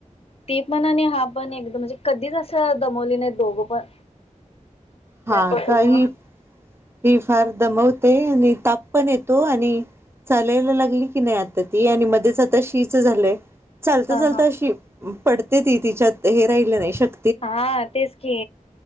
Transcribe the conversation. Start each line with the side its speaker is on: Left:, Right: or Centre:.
Left: ती पण आणि हा पण एकदम म्हणजे कधीच असं दमवली नाही दोघं पण
Right: हा
Left: पटरंग
Right: का ही
Left: <inaudible>
Right: ही फार दमवते आणि ताप पण येतो आणि, चालायला लागली की नाही आता ती आणि मध्येच आता शीच झालंय चालत
Left: हा
Right: चालतं
Left: हा
Right: अशी पडते ती तिच्यात हे राहिलं नाही शक्य
Left: हा तेच की,